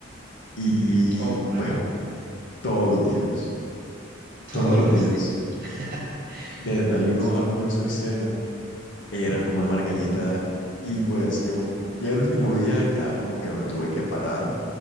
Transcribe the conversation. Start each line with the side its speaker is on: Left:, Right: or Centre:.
Left: Y
Right: Oh, claro.
Left: pues todos los días,
Right: Todos
Left: todos los
Right: los
Left: días,
Right: días. <laughs>
Left: de desayuno,
Right: Sí.
Left: almuerzo y cena, era como una margarita. Y pues llegó un po- ya el último día ya como que me tuve que parar